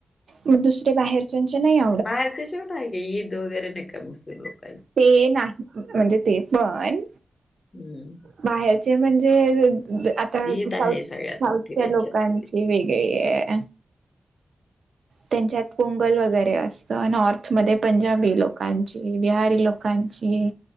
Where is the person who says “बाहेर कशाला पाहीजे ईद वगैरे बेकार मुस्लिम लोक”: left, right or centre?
Left